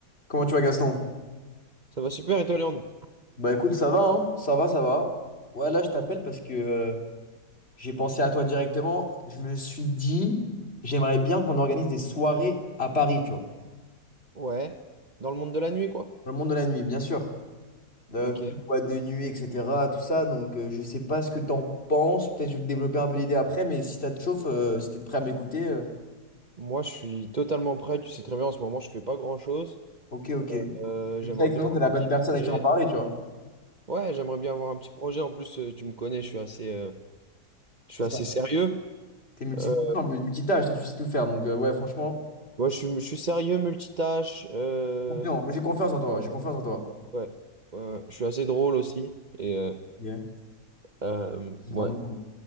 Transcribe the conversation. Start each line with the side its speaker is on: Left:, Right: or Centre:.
Left: Comment tu vas, Gaston?
Right: Ça va super, et toi, Léandre?
Left: Bah écoute, ça va, hein? Ça va, ça va. Ouais, là, je t'appelle parce que euh, j'ai pensé à toi directement. Je me suis dit, j'aimerais bien qu'on organise des soirées à Paris, tu vois.
Right: Ouais. Dans le monde de la nuit, quoi.
Left: Dans le monde de la nuit, bien sûr. De
Right: Ok.
Left: plus de boîtes de nuit, etc. Tout ça. Donc, euh, je sais pas ce que t'en penses. Peut-être que je vais te développer un peu l'idée après, mais si ça te chauffe, euh, si t'es prêt à m'écouter, euh,
Right: Moi, je suis totalement prêt. Tu sais très bien, en ce moment, je fais pas grand-chose.
Left: ok, ok.
Right: Euh,
Left: Comme
Right: j'aimerais
Left: ça, de
Right: bien
Left: façon,
Right: avoir
Left: t'es la bonne
Right: un petit
Left: personne
Right: projet.
Left: à qui en parler, tu vois.
Right: Ouais, j'aimerais bien avoir un petit projet. En plus, euh, tu me connais, je suis assez, euh, je
Left: C'est
Right: suis assez
Left: ça.
Right: sérieux.
Left: T'es multifonction,
Right: Euh,
Left: multitâche, toi, tu sais tout faire. Donc, euh, ouais, franchement,
Right: moi, je suis, je suis sérieux, multitâche. euh,
Left: confiant. Moi, j'ai confiance en toi. J'ai confiance en toi.
Right: ouais. Ouais. Je suis assez drôle aussi. Et euh,
Left: Ok.
Right: euh,
Left: J'attends
Right: ouais.
Left: de voir.